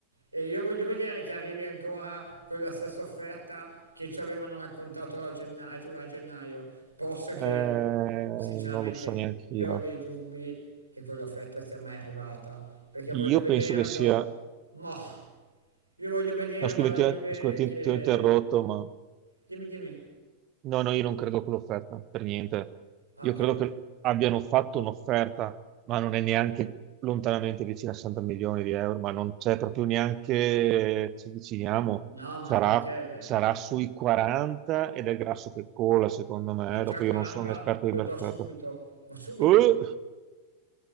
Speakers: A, on the right (about 85°); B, on the right (about 35°).
A: e io voglio vedere che arrivi ancora con la stessa offerta che ci avevano raccontato a gennaio, a gennaio, posto che
B: eh, non
A: sinceramente
B: lo so neanche
A: io
B: io.
A: ho dei dubbi che quell'offerta sia mai arrivata, perché voglio
B: Io
A: vederlo,
B: penso che sia.
A: ma io voglio vederlo
B: No, scusami,
A: alla
B: ti
A: Juve
B: ho, scusa, ti-
A: che...
B: ti ho interrotto, ma
A: Dimmi, dimmi.
B: no, no, io non credo a quell'offerta, per niente.
A: Ah,
B: Io
A: ok.
B: credo che abbiano fatto un'offerta, ma non è neanche lontanamente vicina a 60 milioni di euro, ma non c'è proprio neanche, ci avviciniamo,
A: No, ma
B: sarà,
A: anche perché,
B: sarà
A: cioè,
B: sui 40 ed è il grasso che cola, secondo me,
A: ma già
B: dopo
A: 40
B: io non sono un esperto
A: lo
B: di mercato.
A: do subito, ma subito.
B: Uh!